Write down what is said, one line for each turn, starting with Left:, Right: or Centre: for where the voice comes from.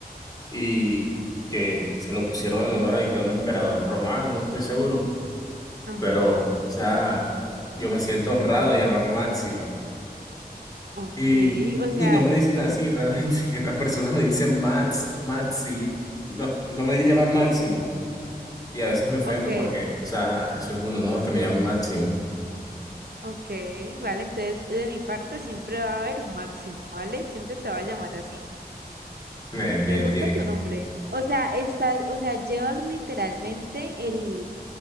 Left: y que se lo pusieron en honor a y que a un emperador romano, no estoy seguro,
Right: ajá,
Left: pero o sea, yo me siento honrado de llamarme Máximo.
Right: ok,
Left: Y,
Right: o sea,
Left: y no me dicen así, realmente <laughs> las personas me dicen Max, Maxi, no, no me llaman Máximo y a veces me ofendo
Right: ok,
Left: porque, o sea, eso es un honor que me llamen Máximo.
Right: ok, vale, entonces de mi parte siempre va a haber un Máximo, ¿vale? Siempre te va a llamar así.
Left: <laughs> Bien, bien,
Right: Me gusta
Left: bien.
Right: tu nombre. O sea, estás, o sea, llevas literalmente el